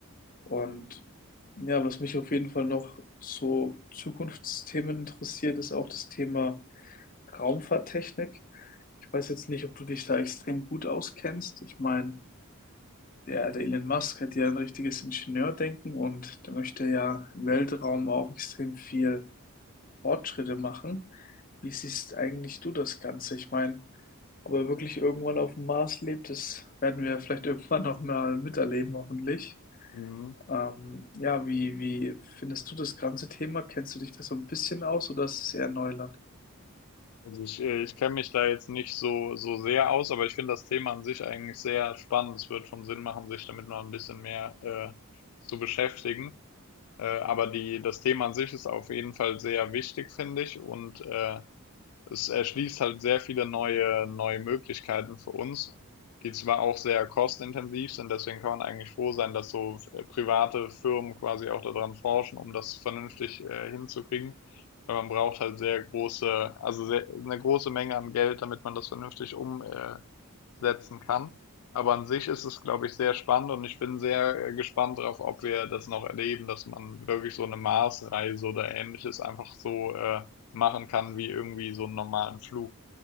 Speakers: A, on the left; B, on the left.
A: Und ja, was mich auf jeden Fall noch zu Zukunftsthemen interessiert, ist auch das Thema Raumfahrttechnik. Ich weiß jetzt nicht, ob du dich da extrem gut auskennst. Ich meine, der, der Elon Musk hat ja ein richtiges Ingenieurdenken und der möchte ja im Weltraum auch extrem viel Fortschritte machen. Wie siehst eigentlich du das Ganze? Ich meine, ob er wirklich irgendwann auf dem Mars lebt, das werden wir vielleicht <laughs> irgendwann noch mal miterleben, hoffentlich.
B: Mhm.
A: Ähm, ja, wie, wie findest du das ganze Thema? Kennst du dich da so ein bisschen aus oder ist es eher Neuland?
B: Also ich, äh, ich kenne mich da jetzt nicht so, so sehr aus, aber ich finde das Thema an sich eigentlich sehr spannend. Es wird schon Sinn machen, sich damit mal ein bisschen mehr äh, zu beschäftigen. Äh, aber die, das Thema an sich ist auf jeden Fall sehr wichtig, finde ich. Und äh, es erschließt halt sehr viele neue, neue Möglichkeiten für uns, die zwar auch sehr kostenintensiv sind. Deswegen kann man eigentlich froh sein, dass so äh, private Firmen quasi auch daran forschen, um das vernünftig äh, hinzukriegen. Weil man braucht halt sehr große, also sehr, eine große Menge an Geld, damit man das vernünftig um, äh, setzen kann. Aber an sich ist es, glaube ich, sehr spannend und ich bin sehr äh, gespannt darauf, ob wir das noch erleben, dass man wirklich so eine Marsreise oder ähnliches einfach so äh, machen kann wie irgendwie so einen normalen Flug.